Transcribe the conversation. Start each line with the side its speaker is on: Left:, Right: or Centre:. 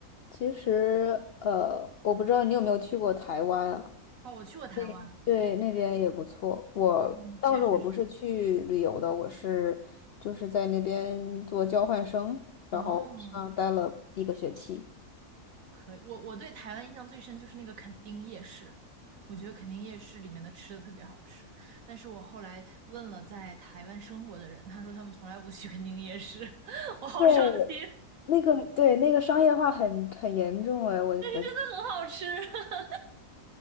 Left: 其实呃，我不知道你有没有去过台湾啊？
Right: 哦，我去过台湾，
Left: 那对，那边也不错。我当时我不是去旅游的，
Right: 嗯，确实是。
Left: 我是就是在那边做交换生，
Right: 哦，
Left: 上待了一个学期。
Right: 可以。我我对台湾印象最深就是那个垦丁夜市，我觉得垦丁夜市里面的吃的特别好吃。但是我后来问了在台湾生活的人，他说他们从来不去垦丁夜市，<laughs> 我好伤心。
Left: 对，那个对那个商业化很很严重哎，我我
Right: 那很好吃，<laughs>